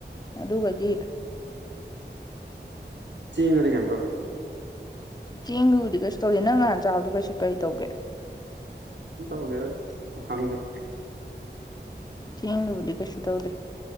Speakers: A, on the left; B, on the right.
A: ꯑꯗꯨꯒꯗꯤ
B: ꯆ‌ꯦꯡꯗꯨꯗꯤ ꯀꯝ ꯇꯧꯗꯔꫭ
A: ꯆꯦꯡꯗꯨꯕꯨꯗꯤ ꯀꯩꯁꯨ ꯇꯧꯗꯦ ꯅꯪ ꯉꯍꯥꯟ ꯆꯥꯕꯗꯨ ꯀꯩꯁꯨ ꯀꯔꯤꯇꯩꯒ‌ꯦ
B: ꯀꯤꯝ ꯇꯧꯗ‌ꯦꯗ ꯁꯨꯝ ꯍꯪꯉꯤꯅꯤ
A: ꯆꯦꯡꯗꯨꯕꯨꯗꯤ ꯀꯩꯁꯨ ꯇꯧꯗ